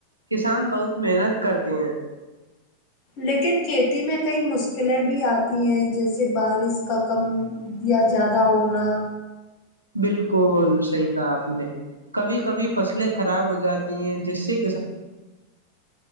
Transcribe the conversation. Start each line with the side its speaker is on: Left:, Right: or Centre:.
Right: کسان بہت محنت کرتے ہیں
Left: لیکن کھیتی میں کئی مشکلیں بھی آتی ہیں جیسے بارش کا کم یا زیادہ ہونا
Right: بالکل صحیح کہا آپ نے کبھی کبھی فصلیں خراب ہو جاتی ہیں جس سے